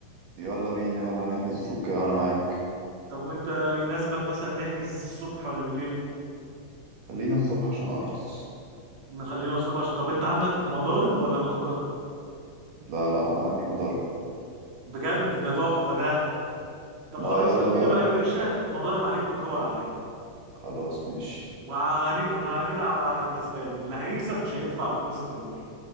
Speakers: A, on the right (about 85°); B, on the right (about 55°).
A: يلا بينا يلا نحجز شوف كده وانا معاك
B: طب وانت يناسبك مثلا نحجز الصبح ولا بالليل
A: خلينا الصبح عشان ارخص
B: نخلينا الصبح عشان طب انت عندك مضارب ولا نأجر
A: لا لا انا عندي مدرب
B: بجد ده تحفة ده طب
A: لا
B: خلاص
A: يلا
B: لو
A: بقى
B: كده بقى يا باشا المضارب عليك والكور عليا
A: خلاص ماشي
B: وهن... وهنلعب على الكسبان اللي هيكسب مش هيدفع فلوس الإيجار